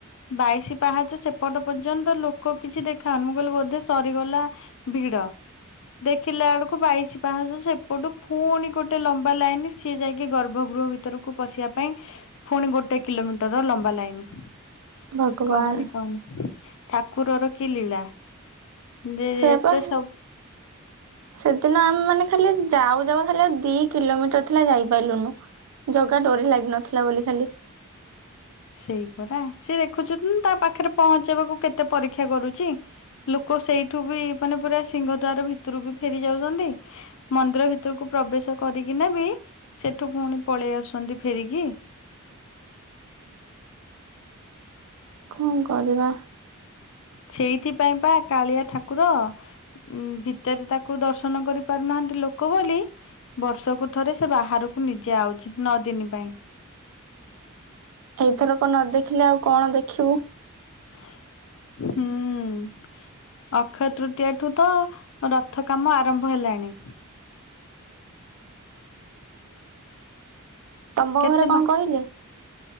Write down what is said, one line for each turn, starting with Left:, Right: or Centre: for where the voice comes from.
Left: ବାଇଶି ପାହାଚ ସେପଟ ପର୍ଯ୍ୟନ୍ତ ଲୋକ କିଛି ଦେଖାଉନି ମୁଁ କହିଲି ବୋଧେ ସରିଗଲା ଭିଡ଼। ଦେଖିଲା ବେଳକୁ ବାଇଶି ପାହାଚ ସେପଟୁ ଫୁଣି ଗୋଟେ ଲମ୍ବା ଲାଇନ ସିଏ ଯାଇକି ଗର୍ଭ ଗୃହ ଭିତରକୁ ପଶିବା ପାଇଁ ଫୁଣି ଗୋଟେ କିଲୋମିଟର ଲମ୍ବା ଲାଇନ
Right: ଭଗବାନ
Left: କହନି କହନି ଠାକୁରର କି ଲୀଳା ଯେ
Right: ସେଆପା
Left: ଏତେ ସବୁ
Right: ସେଦିନ ଆମେ ମାନେ ଖାଲି ଯାଉ ଯାଉ ଖାଲି ଆଉ ଦି କିଲୋମିଟର ଥିଲା ଯାଇପାରିଲୁନୁ ଜଗା ଡୋରି ଲାଗିନଥିଲା ବୋଲି ଖାଲି
Left: ସେଇ ପରା ସେ ଦେଖୁଛନ୍ତି ତା ପାଖରେ ପହଞ୍ଚେଇବାକୁ କେତେ ପରୀକ୍ଷା କରୁଛି ଲୋକ ସେଇଠୁ ବି ମାନେ ପୁରା ସିଂହ ଦ୍ୱାର ଭିତରୁ ବି ଫେରି ଯାଉଛନ୍ତି। ମନ୍ଦିର ଭିତରକୁ ପ୍ରବେଶ କରିକିନା ବି ସେଠୁ ପୁଣି ପଳେଇ ଆସନ୍ତି ଫେରିକି
Right: କଣ କରିବା
Left: ସେଇଥିପାଇଁ ପା କାଳିଆ ଠାକୁର ଉ ଭିତରେ ତାକୁ ଦର୍ଶନ କରି ପାରୁନାହାନ୍ତି ଲୋକ ବୋଲି ବର୍ଷକୁ ଥରେ ସେ ବାହାରକୁ ନିଜେ ଆଉଛି ନଅ ଦିନ ପାଇଁ
Right: ତ‌ ଏଇଥରକ ନ ଦେଖିଲେ ଆଉ କଣ ଦେଖିବୁ?
Left: ହୁଁ। ଅକ୍ଷୟ ତୃତୀୟା ଠୁ ତ ରଥ କାମ ଆରମ୍ଭ ହେଲାଣି
Right: ତମ
Left: କେତେ
Right: ଘରେ କଣ
Left: ବା
Right: କହିଲେ?